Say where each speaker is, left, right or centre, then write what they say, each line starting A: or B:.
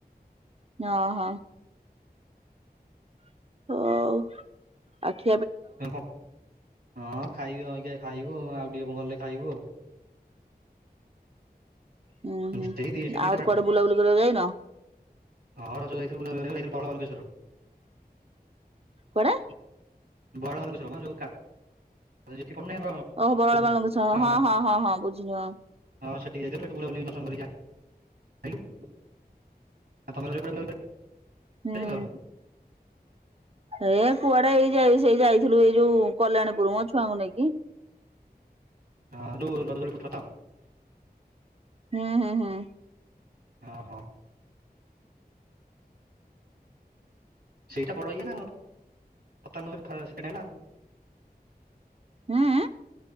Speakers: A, on the right (about 35°); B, on the right (about 70°).
A: ହଁ-ହଁ। ହ ଉ।
B: କଣ ହଁ ଖାଇବୁ ଅଇଖା ଖାଇବୁ ଆଉ ଟିକେ ଗଲେ ଖାଇବୁ ଆଉ।
A: ହୁଁ-ହୁଁ
B: ଆଉ ସେଇ ଦି ସେଇ ଦିଟା
A: ଆଉ
B: ସାଢେ
A: କୁଆଡେ
B: ଦିଟା
A: ବୁଲାବୁଲି କରିବାକୁ ଯାଇନ?
B: ହଁ ରଜରେ ଯାଇଥିଲୁ ବୁଲାବୁଲି କରିବାକୁ <unintelligible>
A: କୁଆଡେ?
B: ବଡ ମନ୍ଦିର ଯୋଉ ପଡୁନି ଆମର ହଁ
A: ଓ
B: ହଁ
A: ବର <unintelligible> ହଁ-ହଁ-ହଁ-ହଁ ବୁଝିଲୁ ହଁ।
B: ହଁ ସେଠିକି ଯାଇଥିଲୁ‌ ସେଠୁ ବୁଲାବୁଲି ଦର୍ଶନ କରିକି ଆଇଲୁ। ଆଉ ତମେ କୁଆଡେ ବୁଲାବୁଲି <unintelligible>
A: ହୁଁ। ଏ କୁଆଡେ ଏଇ ଯାଇ ସେଇ ଯାଇଥିଲୁ ଏଇ ଯୋଉ କଲ୍ୟାଣୀପୁର ମୋ ଛୁଆଙ୍କୁ ନେଇକି।
B: ହଁ ଯୋଉ ରଜ ଦୋଳି ପଡିଥିଲା ତ।
A: ହୁଁ-ହୁଁ-ହୁଁ।
B: ଅ ହୋ। ସେଇଟା ବଡ ଇଏ ନା ସତାନବେ ସେକଣ୍ଡ ହେଲା।
A: ଆଁ-ଆଁ।